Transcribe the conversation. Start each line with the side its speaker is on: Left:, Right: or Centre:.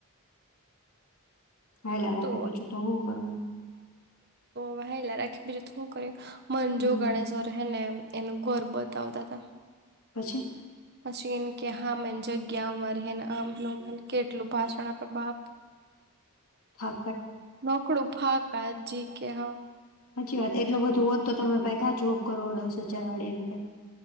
Left: હાલ રાખૂ
Right: તો
Left: દી <unintelligible>
Right: ભલા રાખી બીજ તું હું કર મંજુ,
Left: હમ
Right: ગણેશ્વર હે ને એનું ઘર બતાવતા તા.
Left: પછી?
Right: પછી એમ કે હા મન જગ્યા મારીને આમનું કેટલું ભાષણ આપે બાપ.
Left: હા.
Right: નોકડું ફાકા જી કે હા
Left: સાચી વાત એટલું બધું હોત તો તમે ભઈ કા જોબ કરો દસ હજાર વાળિયા ને કઈક